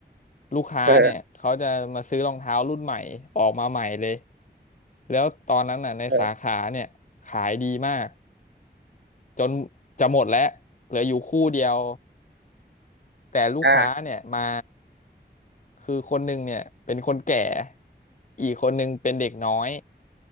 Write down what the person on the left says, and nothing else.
ลูกค้าเนี่ยเขาจะมาซื้อรองเท้ารุ่นใหม่ออกมาใหม่เลย
แล้วตอนนั้นน่ะในสาขาเนี่ยขายดีมาก
จนจะหมดแล้วเหลืออยู่คู่เดียวแต่ลูกค้าเนี่ยมา
คือคนหนึ่งเนี่ยเป็นคนแก่อีกคนหนึ่งเป็นเด็กน้อย